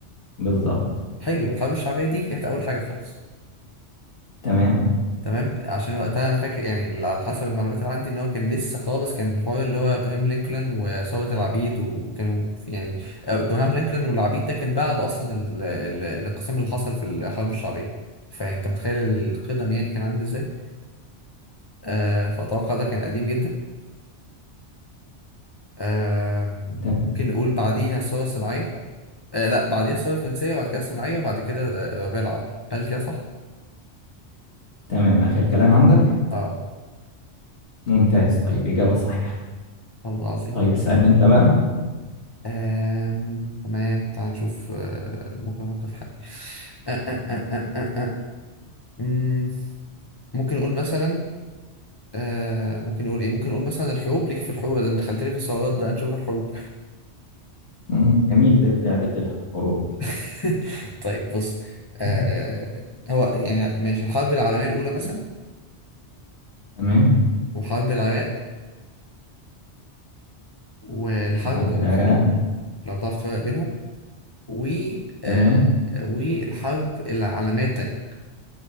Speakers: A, on the left (about 70°); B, on the left (about 30°).
A: بالظبط
B: حلو الحرب الشعبية دي كانت أول حاجة خالص
A: تمام
B: تمام عشان وقتها انا فاكر يعني اللي على حسب المعلومات اللي عندي ان هو كان لسه خالص كان الحوار اللي هو ابراهام لينكولن وثورة العبيد وكانوا يعني ابراهام لينكولن والعبيد ده كان بعد اصلا ال... ال... الانقسام اللي حصل في الحرب الشعبية فانت متخيل القدم يعني كان عامل ازاي آه فاتوقع ده كان قديم جدا آه
A: ت-
B: ممكن نقول بعديها الثورة الصناعية آه لا بعديها الثورة الفرنسية وبعد كده الصناعية وبعد كده آه، الربيع العربي هل كده صح؟
A: تمام آخر كلام عندك
B: اه
A: ممتاز طيب إجابة صحيحة
B: والله عظيم
A: طيب اسألني أنت بقى
B: آم... تمام تعال نشوف آه، ممكن أفكر في حاجة آ- آ- آ- آ- آ- آ. مم، ممكن نقول مثلا آه... ممكن نقول إيه ممكن نقول مثلا الحروب ليك في الحروب ده دخلت لي في السعرات بقى نشوف الحروب
A: مم، جميل ده لعبة الحروب دي
B: <laughs> طيب بص آه...
A: <laughs>
B: هو يعني ماشي الحرب العالمية الأولى مثلا
A: تمام
B: وحرب العراق والحرب
A: وحرب
B: بتاعت
A: العراق
B: الخليج لو تعرف تفرق بينهم و آه...
A: تمام
B: والحرب العالمية التانية